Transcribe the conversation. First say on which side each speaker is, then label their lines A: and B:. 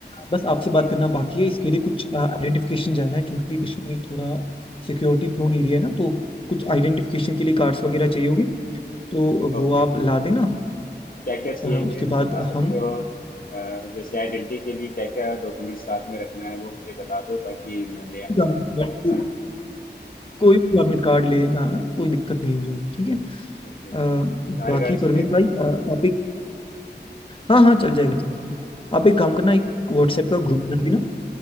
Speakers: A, on the left; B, on the left.
A: बस आपसे
B: हम्म,
A: बात करना बाकी है इसके लिए कुछ आइडेंटिफिकेशन जाना है क्योंकि कश्मीर थोड़ा सिक्योरिटी प्रोन एरिया है ना तो कुछ आइडेंटिफिकेशन के लिए कार्ड्स वगैरह चाहिए होंगे तो
B: ओके
A: वो
B: ओके
A: आप ला देना
B: क्या क्या चाहिए
A: अ, उसके
B: ये बता
A: बाद
B: सकते
A: हम
B: हो अ, जैसे आइडेंटिटी के लिए क्या क्या डॉक्यूमेंट साथ में रखना है वो मुझे बता दो ताकि मैं ले आऊँ
A: गवर्नमेंट
B: साथ में
A: कोई गवर्नमेंट कार्ड ले जाना कोई दिक्कत नहीं हो जाएगी ठीक है
B: ओके
A: अ,
B: ओके आधार
A: बाकी
B: कार्ड चलेगा
A: प्रवीण भाई अ, आप एक हाँ हाँ चल जाएगा चल जाएगा आप
B: Okay
A: एक काम
B: okay
A: करना एक व्हाट्सएप का ग्रुप बना लेना